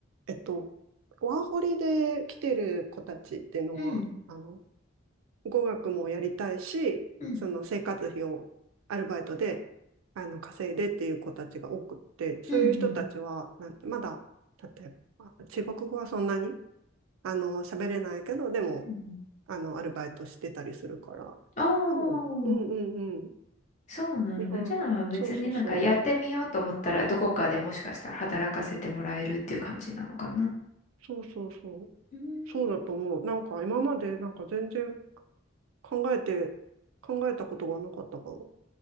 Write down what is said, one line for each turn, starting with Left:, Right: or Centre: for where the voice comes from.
Right: えっと、ワーホリで来てる子たちっていうのは、
Left: うん。
Right: あの、語学もやりたいし、
Left: うん。
Right: その生活費をアルバイトで、あの、稼いでっていう子たちが多くって、そういう人たちは、
Left: うんうん。
Right: なまだ、例えば、あ中国語はそんなにあの、喋れないけど、でも、
Left: うんうん
Right: あの、アルバイトしてたりするから、
Left: ああ
Right: 多分、うんうんうん。
Left: そうなんだ。
Right: 日本、
Left: じゃあ別になんかやってみようと思ったらどこかでもしかしたら働かせてもらえるっていう感じなのかな。
Right: そうそうそう。そうそうそう。
Left: うー
Right: そうだと思う。
Left: ん
Right: なんか今までなんか全然考えて、考えたことがなかったかも。